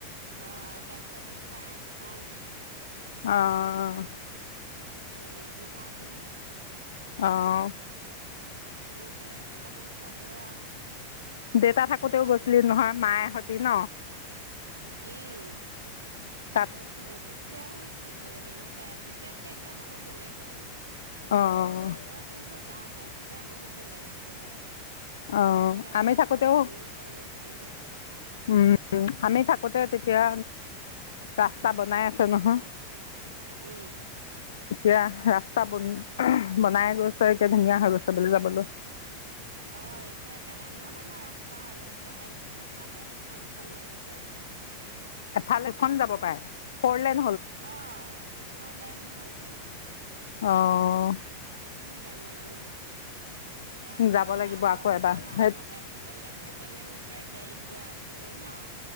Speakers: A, on the right; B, on the left.
A: অ' তাৰ পিছত এই পাৰ্ক খান
B: অ',
A: আ হেৰি গুহাটো
B: অ'
A: তেনেকে কেইটামান চালো আৰু।
B: দেউতা থাকোতেও
A: চাই
B: গৈছিলি
A: লৈ পেলাই
B: নহয় মায়ে তি ন
A: উম
B: তাত
A: গৈছিলো তেতিয়াও হেৰি চাই তেতিয়াতকে এতিয়া বহুত বেলেগ হ'ল।
B: অ',
A: আগতে যাওঁতে তেতিয়া বহুত বেলেগ আছিলে
B: অ,
A: ৰাস্তা বিলাকো
B: আমি থাকোতেও,
A: সৰু সৰু আছিল
B: উম, আমি থাকোতে তেতিয়া ৰাস্তা বনাই আছে নহয়
A: উম
B: এতিয়া ৰাস্তা বন বনাই গৈছে এতিয়া ধুনীয়া হৈ গৈছে বোলে যাবলৈ
A: অ' এতিয়া একে ডাঙৰ ডাঙৰ ৰাস্তা হ'ল। দুখন এ এফালে দুখন দুখন গাড়ী যায়।
B: এফালেখন যাব পাৰে ফৰলেন
A: অ' ফৰলেন হৈ গ'ল গৈ
B: অ',
A: বহুত ডাঙৰ ডাঙৰ। এতিয়া একেবাৰে
B: যাব লাগিব
A: আগৰ
B: আকৌ
A: নিচিনা
B: এবাৰ
A: নাই
B: সেই
A: আগতে ঘেটলেং মেটলেংকে গাড়ীত গৈ আছিলো ন?